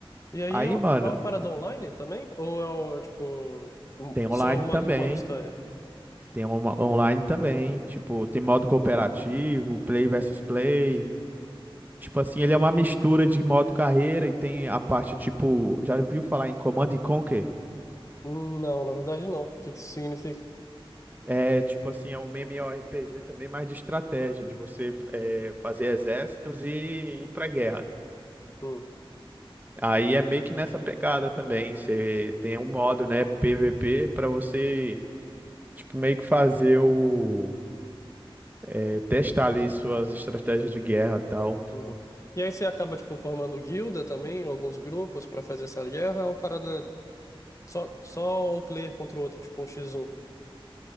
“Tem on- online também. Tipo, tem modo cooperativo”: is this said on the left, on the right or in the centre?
Right